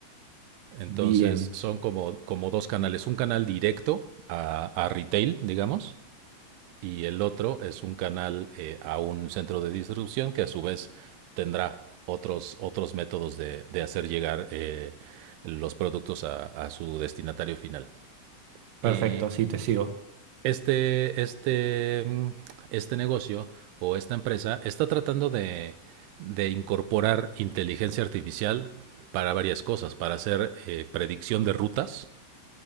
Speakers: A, on the right; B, on the right.
A: Entonces
B: bien,
A: son como, como dos canales, un canal directo a, a retail, digamos, y el otro es un canal eh, a un centro de distribución que a su vez tendrá otros, otros métodos de, de hacer llegar eh, los productos a, a su destinatario final.
B: perfecto,
A: Eh,
B: sí, te sigo.
A: este, este, mm, este negocio o esta empresa está tratando de, de incorporar inteligencia artificial para varias cosas, para hacer eh, predicción de rutas